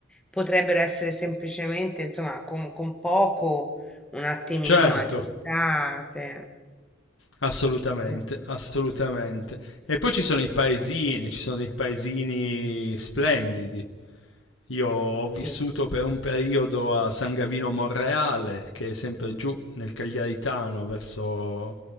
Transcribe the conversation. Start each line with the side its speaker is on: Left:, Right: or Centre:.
Centre: potrebbero essere semplicemente, insomma, con, con poco, un attimino
Left: certo.
Centre: aggiustate.
Left: Assolutamente,
Centre: Mm,
Left: assolutamente. E poi ci sono i paesini, ci sono dei paesini splendidi. Io ho vissuto
Centre: Sì.
Left: per un periodo a San Gavino Monreale, che è sempre giù nel Cagliaritano, verso